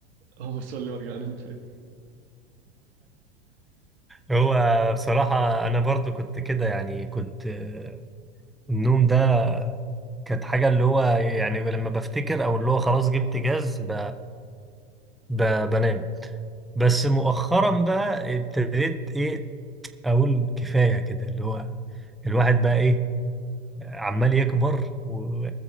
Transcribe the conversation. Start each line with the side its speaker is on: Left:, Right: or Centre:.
Right: اقوم اصلي وارجع انام
Centre: هو بصراحة أنا برضو كنت كده يعني كنت آه، النوم ده كانت حاجة اللي هو يعني لما بفتكر أو اللي هو خلاص جبت جاز ب... ب... بنام بس مؤخرا بقى ابتديت إيه أقول كفاية كده اللي هو الواحد بقى إيه عمال يكبر و...